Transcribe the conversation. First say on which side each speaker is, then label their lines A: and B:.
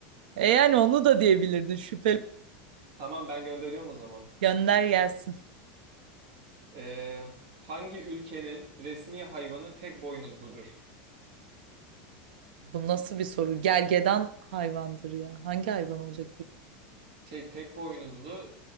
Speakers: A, on the right; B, on the right.
A: E yani onu da diyebilirdin şüpheli.
B: Tamam ben gönderiyorum o zaman.
A: Gönder gelsin.
B: Ee, hangi ülkenin resmi hayvanı tek boynuzludur?
A: Bu nasıl bir soru? Gergedan hayvandır ya. Hangi hayvan olacak peki?
B: Şey tek boynuzlu